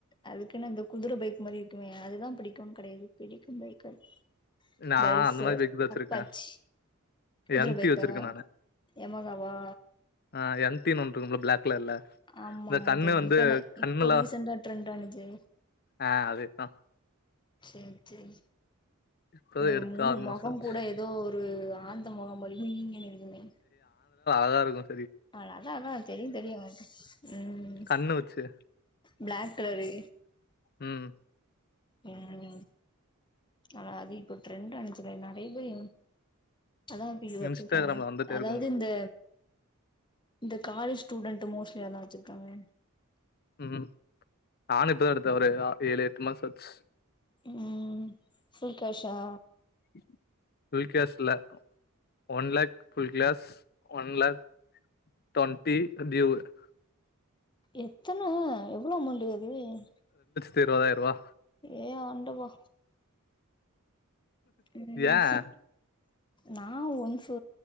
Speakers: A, on the left; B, on the left.
A: அதுக்குன்ன அந்த குதிர பைக் மாரி இருக்கும அதுதான் பிடிக்கும்னு கெடையாது பிடிக்கும் பைக் அ
B: நா
A: பள்சர்
B: அந்த மாரி பைக் தா வச்சிருக்கே
A: அப்பாச் குதிர
B: எம்
A: பைக்கா
B: டி வச்சிருக்கே
A: யமகா வா
B: ஆஹ எம்டி ஒன்னு இருக்குமுல பிளாக் கலர்ல
A: ஆமா
B: இந்த
A: ஆமா
B: கண்ணு
A: சரி
B: வந்து
A: இப்பதான்
B: கண்ணுலா
A: இப்ப ரீசன்டா ட்ரெண்ட ஆனுச்சு
B: ஆ அதேதா
A: சேரி சேரி
B: இப்பதா
A: அந்த
B: எடுத்து
A: மு
B: ஆறு மாசோ
A: முகம்
B: ஆச்சு
A: கூட ஏதோ ஒரு ஆழ்ந்த முகம் முலிம நீங்க இருக்குமே
B: அதான் இருக்கும்
A: அதனால ஆஹ் அதாதான் தெரியும் தெரியும்மா உம்
B: கண்ணு வச்சு
A: பிளாக் கலரு
B: உம்
A: உஹம் ஆனா அது இப்ப ட்ரெண்டு் அணிச்சில நெறய பேய அதான்ப்ப பச்சிருக்காங்க
B: இன்ஸ்டாகிராம்ல வந்துட்டே
A: அதாது
B: இருக்கு
A: இந்த இந்த காலேஜ் ஸ்டூடண்ட் மோஸ்ட்லி அதலாம் வச்சிருக்காங்க
B: உம் நானும் இப்பதான் எடுத்தவர ஒரு ஏழு எட்டு மாசம் ஆச்சு
A: உம் சுல்கேஷா
B: <unintelligible>
A: எத்தன எவ்ளோ அமௌண்டு ம்
B: திருபதாயரூபா
A: ஏ ஆண்டவா உம்
B: ஏன்
A: நான் ஒன்பு